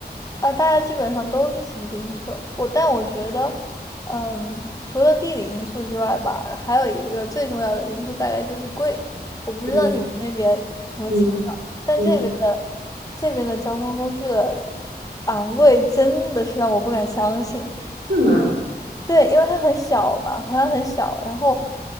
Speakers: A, on the left; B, on the right.
A: 啊，大家基本上都是骑自行车。我，但我觉得，嗯，除了地理因素之外吧，还有一个最重要的因素大概就是贵。我不知道你们那边什么情况，
B: 嗯嗯
A: 但这边的这边的交通工具的
B: 嗯，
A: 昂贵真的是让我不敢相信。
B: 是吗？
A: 对，因为它很小嘛，荷兰很小，然后，